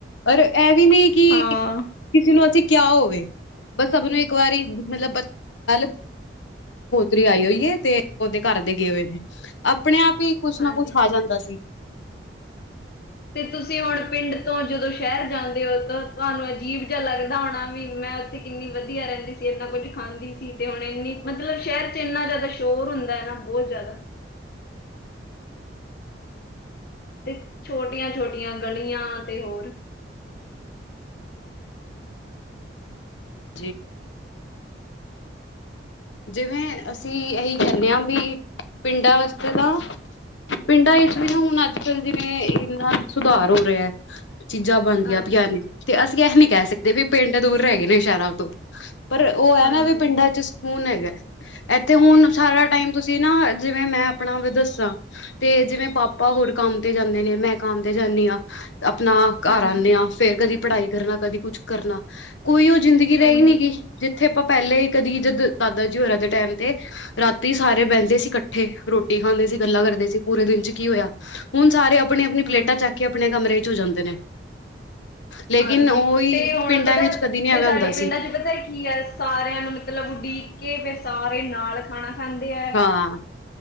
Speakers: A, on the left; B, on the left.
A: ਔਰ ਐ ਵੀ ਨਹੀਂ ਕਿ
B: ਹਾਂ
A: ਕਿਸੇ ਨੂੰ ਅਸੀਂ ਕਿਆ ਹੋਵੇ, ਬਸ ਸਭ ਨੂੰ ਇੱਕ ਵਾਰੀ ਮਤਲਬ ਗੱਲ ਪੋਤਰੀ ਆਈ ਹੋਈਏ, ਤੇ ਉਹਦੇ ਘਰ ਦੇ ਗਏ ਹੋਏ ਨੇ, ਅਪਣੇ-ਆਪ ਹੀ ਕੁਛ
B: ਹਾਂਜੀ
A: ਨਾ ਕੁਛ ਆ ਜਾਂਦਾ ਸੀ।
B: ਤੇ ਤੁਸੀਂ ਹੁਣ ਪਿੰਡ ਤੋਂ ਜਦੋਂ ਸ਼ਹਿਰ ਜਾਂਦੇ ਹੋ, ਤਾਂ ਤੁਹਾਨੂੰ ਅਜੀਬ ਜਿਹਾ ਲੱਗਦਾ ਹੋਣਾ ਵੀ, ਮੈਂ ਥੇ ਕਿੰਨੀ ਵਧੀਆ ਰਹਿੰਦੀ ਸੀ, ਇੰਨਾ ਕੁੱਝ ਖਾਂਦੀ ਸੀ, ਤੇ ਹੁਣ ਇੰਨੀ, ਮਤਲਬ ਸ਼ਹਿਰ'ਚ ਇੰਨਾ ਜ਼ਿਆਦਾ ਸ਼ੋਰ ਹੁੰਦਾ ਨਾ ਬਹੁਤ ਜ਼ਿਆਦਾ। ਤੇ, ਛੋਟੀਆਂ-ਛੋਟੀਆਂ ਗਲੀਆਂ ਤੇ ਹੋਰ
A: ਜੀ, ਜਿਵੇਂ ਅਸੀਂ ਇਹੀ ਕਹਿੰਦੇ ਹਾਂ, ਵੀ ਪਿੰਡਾਂ ਵਾਸਤੇ ਤਾਂ ਪਿੰਡਾਂ ਵਿੱਚ ਵੀ ਨਾ ਹੁਣ ਅੱਜ-ਕੱਲ੍ਹ ਜਿਵੇਂ ਇੰਨਾ ਸੁਧਾਰ ਹੋ ਰਿਹਾ ਹੈ। ਚੀਜ਼ਾਂ ਬਣਦੀਆਂ
B: ਹਾਂਜੀ,
A: ਪਈਆ ਨੇ ਤੇ ਅਸੀਂ ਇਹ ਨੀ ਕਹਿ ਸਕਦੇ, ਵੀ ਪਿੰਡ ਦੂਰ ਰਹਿ ਗਏ ਨੇ ਸ਼ਹਿਰਾਂ ਤੋਂ ਪਰ ਉਹ ਹੈ
B: ਹਾਂਜੀ,
A: ਨਾ ਵੀ ਪਿੰਡਾਂ
B: ਹਾਂਜੀ,
A: ਚ ਸਕੂਨ ਹੈਗਾ, ਇੱਥੇ ਹੁਣ ਸਾਰਾ ਟਾਈਮ ਤੁਸੀਂ ਤੇ ਨਾ ਜਿਵੇਂ ਮੈਂ ਆਪਣਾ ਦੱਸਾਂ ਤੇ ਜਿਵੇਂ ਪਾਪਾ ਹੋਰ ਕੰਮ ਤੇ ਜਾਂਦੇ, ਨੇ ਮੈਂ ਕੰਮ ਤੇ ਜਾਂਦੀ ਹਾਂ। ਆਪਣਾ
B: ਹਾਂਜੀ,
A: ਘਰ ਆਉਂਦੇ, ਹਾਂ ਫੇਰ ਕਦੀ ਪੜ੍ਹਾਈ ਕਰਨਾ ਕਦੀ ਕੁਛ ਕਰਨਾ। ਕੋਈ ਉਹ ਜ਼ਿੰਦਗੀ ਰਹਿ
B: ਹਾਂਜੀ,
A: ਹੀ ਨੀ ਗੀ, ਜਿੱਥੇ ਆਪਾਂ ਪਹਿਲਾਂ ਹੀ ਕਦੀ ਜਦ ਦਾਦਾ ਜੀ ਹੋਰਾਂ ਦੇ ਟਾਈਮ ਤੇ, ਰਾਤੀ ਸਾਰੇ ਬਹਿੰਦੇ ਸੀ ਇਕੱਠੇ ਰੋਟੀ ਖਾਂਦੇ ਸੀ, ਗੱਲਾਂ ਕਰਦੇ ਸੀ ਪੂਰੇ ਦਿਨ ਚ ਕੀ ਹੋਇਆ। ਹੁਣ ਸਾਰੇ ਆਪਣੀ ਆਪਣੀ
B: ਹਾਂਜੀ,
A: ਪਲੇਟਾਂ ਚੱਕ ਕੇ ਆਪਣੇ ਕਮਰੇ ਚ ਹੋ ਜਾਂਦੇ ਨੇ ਲੇਕਿਨ
B: ਹਾਂਜੀ
A: ਉਹੀ
B: ਤੇ ਹੁਣ
A: ਪਿੰਡਾਂ
B: ਪਤਾ
A: ਵਿੱਚ ਕਦੀ ਨੀ ਐਵੇਂ
B: ਤੇ ਸਾਡੇ
A: ਹੁੰਦਾ
B: ਪਿੰਡਾਂ
A: ਸੀ
B: ਚ ਪਤਾ ਕੀ ਆ। ਸਾਰਿਆਂ ਨੂੰ ਮਤਲਬ ਉਡੀਕ ਕੇ ਫੇਰ ਸਾਰੇ ਨਾਲ ਖਾਣਾ ਖਾਂਦੇ ਹੈ।
A: ਹਾਂ